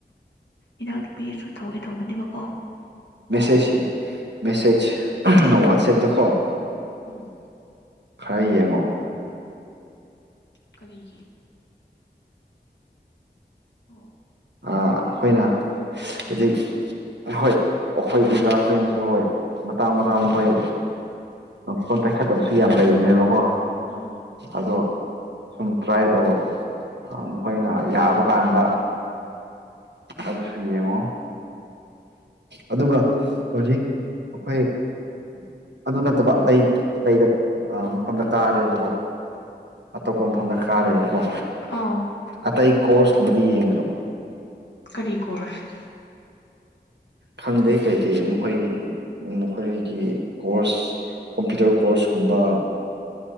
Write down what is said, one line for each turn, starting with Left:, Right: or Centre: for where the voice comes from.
Left: ꯏꯅꯥꯎꯅꯨꯄꯤꯗꯁꯨ ꯇꯧꯒꯦ ꯇꯧꯕꯅꯦꯕꯀꯣ
Right: ꯃꯦꯁꯦꯖ ꯃꯦꯁꯦꯖ ꯋꯥꯠꯁꯑꯞꯗ ꯀꯣ
Left: ꯎꯝ
Right: ꯈꯔ ꯌꯦꯡꯉꯣ
Left: ꯀꯔꯤꯒꯤꯦ ꯑꯣ
Right: ꯑꯩꯈꯣꯏꯅ ꯍꯧꯖꯤꯛ ꯍꯣꯏ ꯑꯩꯈꯣꯏ ꯑꯣꯖꯥ ꯑꯩꯈꯣꯏꯅꯁꯨ ꯍꯣꯏ ꯃꯇꯥꯡ ꯃꯇꯥꯡ ꯃꯈꯣꯏ ꯐꯣꯟ ꯄꯥꯏꯈꯠꯇꯕꯁꯨ ꯌꯥꯝ ꯂꯩ ꯏꯅꯦꯕꯀꯣ
Left: ꯎꯝ
Right: ꯑꯗꯣ ꯁꯨꯝ ꯇ꯭ꯔꯥꯏ ꯇꯧꯕ ꯑꯈꯣꯏꯅ
Left: ꯎꯝ
Right: ꯌꯥꯕ ꯀꯥꯟꯗ ꯑꯗꯨꯁꯨ ꯌꯦꯡꯉꯣ ꯑꯗꯨꯒ ꯍꯧꯖꯤꯛ ꯑꯩꯈꯣꯏ ꯑꯗꯨ ꯅꯠꯇꯕ ꯑꯇꯩ ꯑꯇꯩꯗ ꯃꯐꯝꯗ ꯀꯥꯔꯦꯕꯀꯣ ꯑꯇꯣꯞꯄ ꯃꯐꯝꯗ ꯀꯥꯔꯦꯕꯀꯣ
Left: ꯑꯥꯎ
Right: ꯑꯇꯩ ꯀꯣꯔꯁ ꯀꯨꯝꯕꯗꯤ ꯌꯦꯡ꯭ꯔꯣ
Left: ꯀꯔꯤ ꯀꯣꯔꯁ
Right: ꯈꯪꯗꯦ ꯀꯩꯀꯩ ꯃꯈꯣꯏ ꯃꯈꯣꯏꯒꯤ ꯀꯣꯔꯁ ꯀꯝꯄ꯭ꯌꯨꯇꯔ ꯀꯣꯔꯁ ꯨꯝꯕ